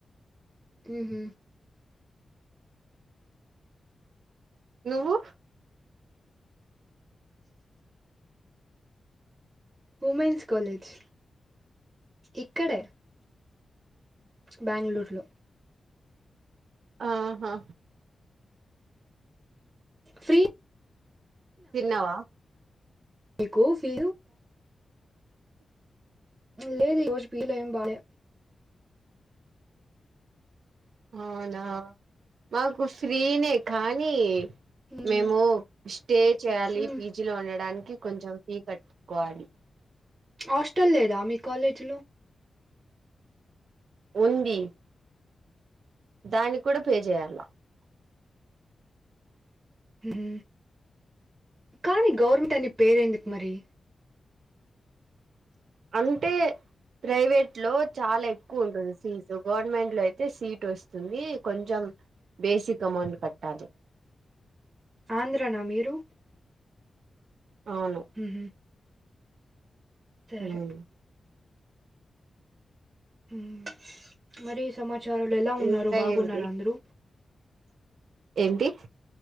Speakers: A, on the right (about 20°); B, on the right (about 75°).
A: హమ్
B: నువ్వు
A: ఉమెన్స్ కాలేజ్ ఇక్కడే బెంగళూరులో
B: ఆహా
A: ఫ్రీ
B: తిన్నావా
A: మీకుఫీ లెద్ లేద్ పీజి ఏం బాలే
B: అవునా మాకు ఫ్రీనే కానీ
A: ఉమ్
B: మేము స్టే చేయాలి
A: ఉమ్.
B: పీజీ లో ఉండడాని కి కొంచం ఫీ కట్టుకోవాలి
A: హాస్టల్ లేదా మీ కాలేజీలో
B: ఉంది దాన్ని కూడ పే చేయాల
A: హ్మ్ కానీ గవర్నమెంట్ అని పేరు ఎందుక మరి
B: అంటే ప్రైవేట్ లో చాలా ఎక్కువ ఉంటుంది ఫీజు గవర్నమెంట్ లో అయితే సీట్ వస్తుంది కొంచెం బేసిక్ అమౌంట్ కట్టాలి
A: ఆంధ్ర నా మీరు
B: అవును
A: ఉహు సరే
B: అవును
A: ఊ మరి సమ చారులు ఎలా ఉన్నారు
B: ఇంకా
A: బాగున్నారా
B: ఏంటి
A: అందరూ
B: ఏంటి